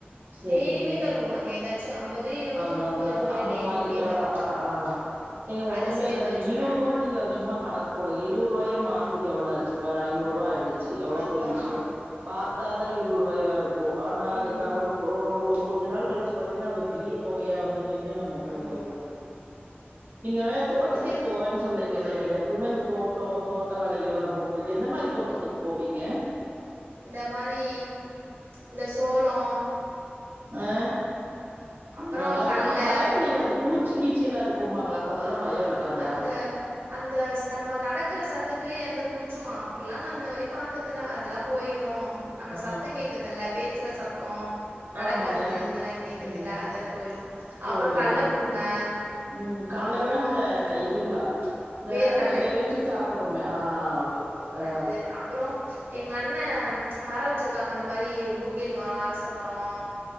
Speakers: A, on the right; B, on the right.
A: சேரி
B: டெய்லியுமே
A: சேரி
B: தருவாங்க ஏதாச் அம்பது இருவது
A: அதா
B: முப்பது
A: அதா
B: இந்த மாதிரி
A: அந்த
B: டெய்லியுமே
A: மாரி ஆ
B: தருவாங்க
A: ஆ ஆ ஏங்க
B: அத
A: ஒண்ணுமே
B: சேர்த்து
A: இல்ல இந்த
B: வச்சுப்பேன்
A: இருவரூவா நீங்க சும்மா கணக் போடுங் இருவரூவாயே
B: ஆமா
A: மாசத்துக்கு எவ்ள ஆச்சுங்க ஒரு ஐநூறு ரூவா ஆயிடுச்சி எவ்ளோ
B: அதான்
A: பெரிய விஷயொ பாத்தாதா இருவரூவாயா இருக்கு ஆனா
B: ம்
A: அதுக்கு ஒரு ஒரு ஒரு கொஞ்ச நாள் கழிச்சு பாத்தீங்ன்னா அது பெரிய தொகையா வந்து நின்னு நமக்கு
B: ஆமா
A: உதவு நீங்க தோட்டத்துக்கு
B: சேத்து
A: போவன் சொல்லீங்கல்ல எனக்கு எப்பமே இந்த தோட்டோ தோட்ட வேலைகல்லா ரொம்ப பிடிக்கு எந்த மாரி தோட்டத்துக்கு போவீங்க
B: இந்த மாரி இந்த சோளோ
A: ஆ
B: அப்புறம்
A: நல்லா இருக்கு
B: கல்ல
A: ஆனா பய இல்லைங்களா அந்த பூச் சி கீச்சி எல்லா இருக்கும்பாங்களா அப்ப அதெல்லா
B: ஆ
A: பயருக்காத
B: அந்த அந்த ஸ் நம்ம நடக்கற சத்தத்திலேயே எந்த பூச்சு அப்டில்லா நான் இன்ன வரைக்கு பாத்ததுல அதெல்லாம் போயிரு நம்ம
A: ஆ
B: சத்த கேக்குதல்ல பேசுற சத்தோ நடக்கறது
A: ஆமாங்க
B: அதெல்லா கேக்குது
A: ம்
B: இல்ல அதுல்ல போயிறு
A: போயிரும்பாங்க
B: அப்புற கல்ல புடுங்க
A: ம் கல்லனா
B: அப்புற
A: இந்த இதுங்ளா இந்த
B: வேர்க்கல்லை
A: நெடக்கல்ல வேவிச்சு சாப்புறமே ஆ ஓகே ஓகே ஆ
B: அது அப்புற எங்க அண்ண மர வச்சிருக்காங்க இந்த மாரி மூங்கில் மரோ அரச மரோ